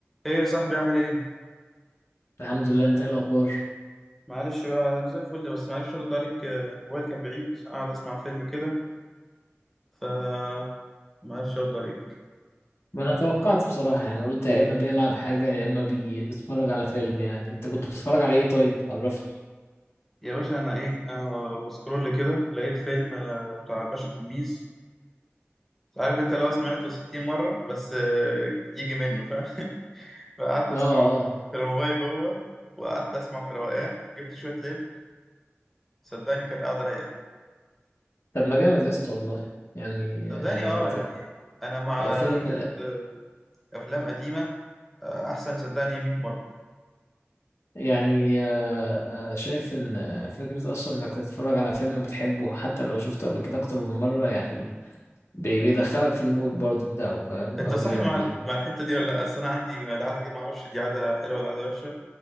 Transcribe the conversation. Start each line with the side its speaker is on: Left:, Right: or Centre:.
Centre: ايه يا صاحبي اعمل ايه
Left: الحمد لله انت ايه الاخبار
Centre: معلش بقى انا زي الفل بس معرفش ارد عليك آه، الموبايل كان بعيد قاعد اسمع فيلم كده ف معرفش ارد عليك
Left: ما انا توقعت بصراحة يعني قلت يا اما بيلعب حاجة يا اما بي... بيتفرج على فيلم يعني انت كنت بتتفرج على ايه طيب عرفني
Centre: يا باشا انا ايه انا بسكرول كده لقيت فيلم آه، بتاع الباشا تلميذ عارف انت لو سمعته 60 مره بس آه، يجي منه فاهم <laughs> فقعدت
Left: اه
Centre: اسمعه
Left: اه
Centre: في الموبايل جوه وقعدت اسمع في روقان جبت شويه لب صدقني كانت قاعده رايقه
Left: طب ما جامد يا اسطى والله يعني
Centre: صدقني
Left: آه...
Centre: اه
Left: ت-
Centre: يعني انا مع
Left: فيلم
Centre: فكره آه، افلام قديمه آه، احسن صدقني 100 مره
Left: يعني آه... آه... شايف ان آه، فكرة اصلا انك تتفرج على فيلم بتحبه حتى لو شفته قبل كده اكتر من مرة يعني بي... بيدخلك في المود برضه بتاعه فاهم
Centre: انت
Left: لو
Centre: صح
Left: بي...
Centre: مع
Left: بي...
Centre: ال- مع الحته دي ولا لا اصل انا عندي العاده دي ما اعرفش دي عاده حلوه ولا عاده وحشه